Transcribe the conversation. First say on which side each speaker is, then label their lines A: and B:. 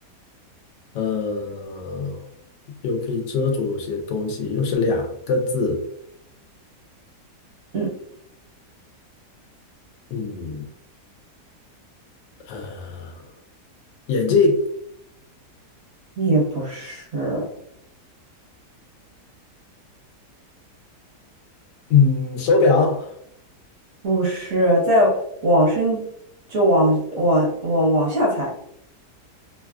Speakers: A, on the left (about 80°); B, on the right (about 55°).
A: 呃，又可以遮住一些东西，又是两个字，
B: 嗯，
A: 嗯，呃，眼镜，
B: 也不是，
A: 嗯，手表，
B: 不是，在往身就往往往往下踩，